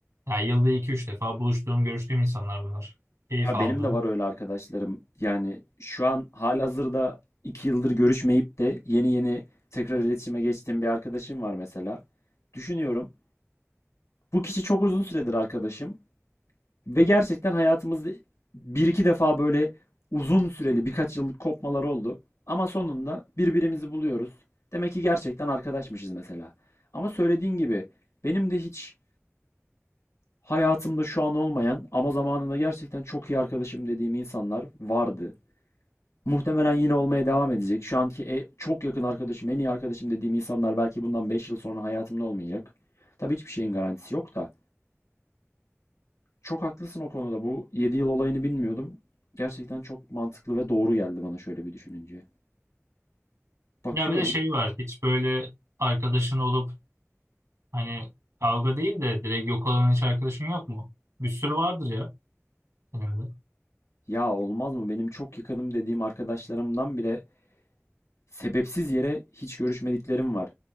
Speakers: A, on the right; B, on the left.
A: Ya yılda iki üç defa buluştuğum, görüştüğüm insanlar bunlar. Keyif
B: Ya
A: aldığım.
B: benim de var öyle arkadaşlarım. Yani şu an halihazırda iki yıldır görüşmeyip de yeni yeni tekrar iletişime geçtiğim bir arkadaşım var mesela. Düşünüyorum. Bu kişi çok uzun süredir arkadaşım. Ve gerçekten hayatımızda bir iki defa böyle uzun süreli birkaç yıllık kopmalar oldu. Ama sonunda birbirimizi buluyoruz. Demek ki gerçekten arkadaşmışız mesela. Ama söylediğin gibi benim de hiç hayatımda şu an olmayan ama zamanında gerçekten çok iyi arkadaşım dediğim insanlar vardı. Muhtemelen yine olmaya devam edecek. Şu anki e- çok yakın arkadaşım, en iyi arkadaşım dediğim insanlar belki bundan 5 yıl sonra hayatımda olmayacak. Tabii hiçbir şeyin garantisi yok da. Çok haklısın o konuda. Bu 7 yıl olayını bilmiyordum. Gerçekten çok mantıklı ve doğru geldi bana şöyle bir düşününce. Bakıyorum.
A: Ya bir de şey var, hiç böyle arkadaşın olup hani kavga değil de direkt yok olan hiç arkadaşın yok mu? Bir sürü vardır ya senin de.
B: Ya olmaz mı? Benim çok yakınım dediğim arkadaşlarımdan bile sebepsiz yere hiç görüşmediklerim var.